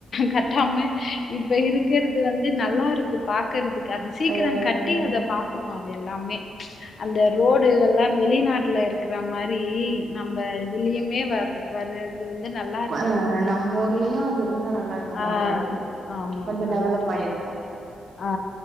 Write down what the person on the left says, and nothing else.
கட்டாம இப்ப இருக்கிறது வந் இது நல்லா இருக்கு பாக்கறதுக்கு அது சீக்கிரங்
கட்டி அத பாக்கணு அது எல்லாமே அந்த ரோடு எல்லா வெளிநாட்டுல இருக்ற மாரி நம்ம இதுலயுமே வர்ற வர்ரு ந்து நல்லா
ஆ
ஆமா
ஆமா நல்லா
இருக்கு
ஆ